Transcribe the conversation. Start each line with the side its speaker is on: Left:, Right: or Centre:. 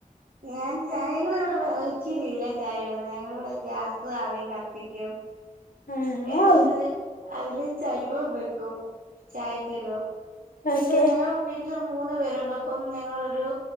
Right: ഞാൻ ചായ ഞങ്ങള് ഇവിടെ വെറൈറ്റി രീതിയില ചായ ഇടുന്നത് ഞങ്ങളിവിടെ ഗ്യാസ് ആദ്യം കത്തിക്കും.
Left: ആഹ്
Right: എനിട്ട്
Left: വൗ
Right: അതില് ചരിവ വൊ ചായ തരു എന്നിട്ട്
Left: ഓക്കെ
Right: ഞങ്ങൾ വീട്ടിൽ മൂന്ന് പേരുണ്ട് അപ്പം ഞങ്ങളൊരു